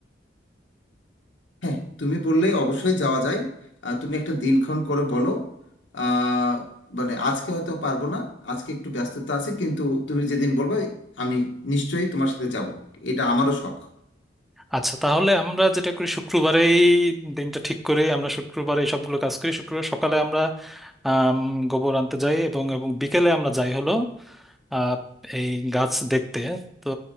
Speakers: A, on the left; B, in the centre.
A: হ্যাঁ তুমি বললে অবশ্যই যাওয়া যায় আহ, তুমি একটা দিনক্ষণ করে বলো আহ, মানে আজকে হয়তো পারবো না আজকে একটু ব্যস্ততা আছে কিন্তু তুমি যেদিন বলবে আমি নিশ্চয়ই তোমার সাথে যাব এটা আমারও শখ
B: আচ্ছা তাহলে আমরা যেটা করি শুক্রবারেই দিনটা ঠিক করে আমরা শুক্রবারে এই সবগুলো কাজ করি শুক্রবার সকালে আমরা আম, গোবর আনতে যাই এবং এবং বিকেলে আমরা যাই হলো আহ, এই গাছ দেখতে তো